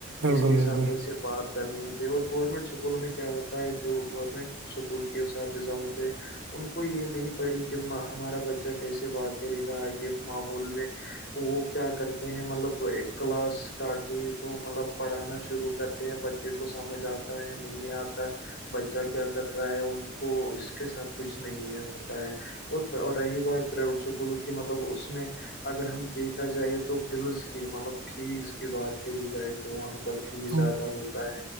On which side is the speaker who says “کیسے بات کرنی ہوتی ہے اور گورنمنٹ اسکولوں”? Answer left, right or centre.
Left